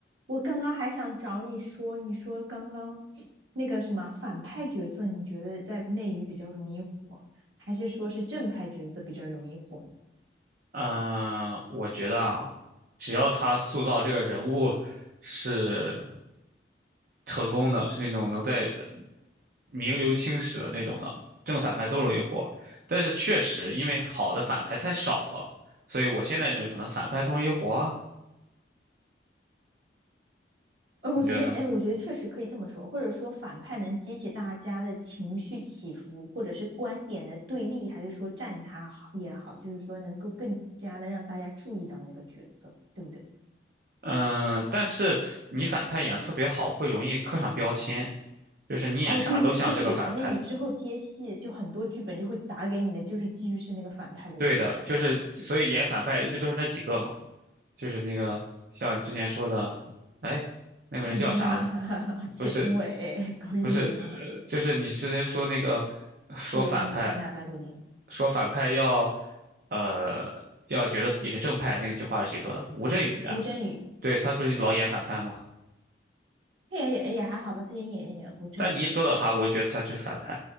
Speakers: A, on the right; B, on the right.
A: 我刚刚还想找你说，你说刚刚那个什么反派角色，你觉得在内娱比较容易火，还是说是正派角色比较容易火呢？
B: 嗯，呃我觉得啊，只要他塑造这个人物是成功的，是那种能在名留青史的那种的，正反派都容易火。但是确实，因为好的反派太少了，所以我现在认为可能反派更容易火啊
A: 呃，我觉得，
B: 你觉得呢？
A: 哎，我觉得确实可以这么说，或者说反派能激起大家的情绪起伏，或者是观点的对立，还是说站他好也好，就是说能够更加的让大家注意到那个角色，对不对？
B: 嗯，但是你反派演得特别好，会容易刻上标签，就是你演啥都像这个反派。
A: 哦，对，确实，那你之后接戏就很多剧本就会砸给你的，就是继续是那个反派的角色了。
B: 对的，就是所以演反派一直都是那几个嘛。就是那个像之前说的，哎，那个人叫啥了？
A: 阿如那、<laughs> 祁同伟、
B: 不是，
A: 高玉良，
B: 不是，呃，就是你之前说那个，说反派，
A: 《西游记》三大白骨精，
B: 说反派要，呃，要觉得自己是正派，那个句话是谁说的？吴镇宇啊，
A: 吴镇宇。
B: 对，他不是老演反派吗？
A: 也也也还好吧，他也演演过正版。
B: 但你一说到他，我就觉得他就是反派